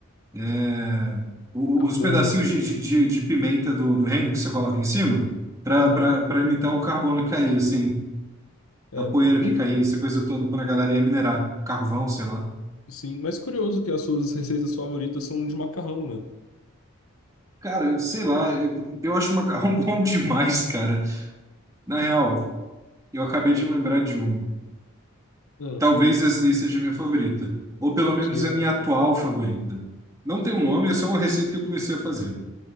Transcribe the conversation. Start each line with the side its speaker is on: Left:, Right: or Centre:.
Right: É, o-
Left: Carbono,
Right: os pedacinhos
Left: né?
Right: de, de, de- de pimenta do, do reino que você coloca em cima, para
Left: Aham.
Right: imitar o carbono que caía, assim,
Left: É,
Right: a poeira que
Left: hum,
Right: caía, essa coisa toda, quando a galera ia minerar carvão, sei lá.
Left: sim, mas curioso que as suas receitas favoritas são de macarrão, né?
Right: Cara, sei lá, eu, eu acho macarrão <laughs> bom demais, cara. Na real, eu acabei de lembrar de uma.
Left: Ah,
Right: Talvez essa daí seja a minha favorita, ou pelo menos
Left: que
Right: a
Left: é?
Right: minha atual favorita. Não tem um nome, é só uma receita que eu comecei a fazer.